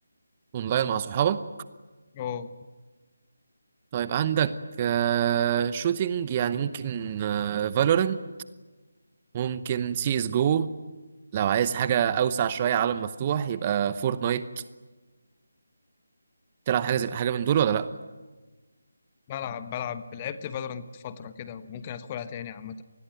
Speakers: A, on the right; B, on the left.
A: اونلاين مع صحابك
B: اه
A: طيب عندك آه شوتينج يعني ممكن آه فالورنت ممكن سي اس جو لو عايز حاجة أوسع شوية عالم مفتوح يبقى فورتنايت تلعب حاجة زي حاجة من دول ولا لأ؟
B: بلعب بلعب لعبت فالورانت فترة كده وممكن ادخلها تاني عامة